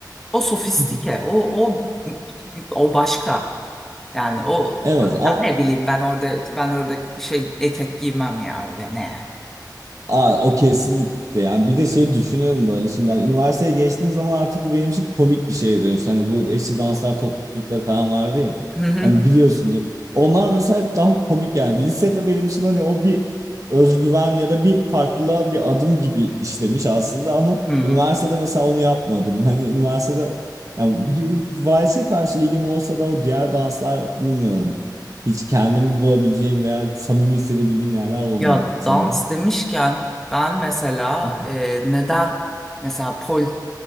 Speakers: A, in the centre; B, on the right.
A: o sofistike,
B: <laughs>
A: o o o başka. Yani o
B: Evet ama
A: ya ne bileyim ben orada ben orada şey etek giymem ya öyle ne yani.
B: Aa, o kesinlikle yani bir de şey düşünüyorum böyle şimdi hani üniversiteye geçtiğim zaman artık bu benim için komik bir şeye dönüştü. Hani bu eşli danslar toplulukları falan vardı ya.
A: Hı hı.
B: Hani biliyorsundur. Onlar mesela hep daha komik yani. Lisede benim için hani o bir özgüven ya da bir farklılığa bir adım gibi işlemiş aslında ama
A: Hı.
B: üniversitede mesela onu yapmadım. Hani üniversitede yani bir valse karşı ilgim olsa da o diğer danslar bilmiyorum. Hiç kendimi bulabileceğim veya samimi hissedebildiğim yerler olmuyor
A: Ya
B: sanırım.
A: dans demişken ben mesela
B: <laughs>
A: e, neden mesela pol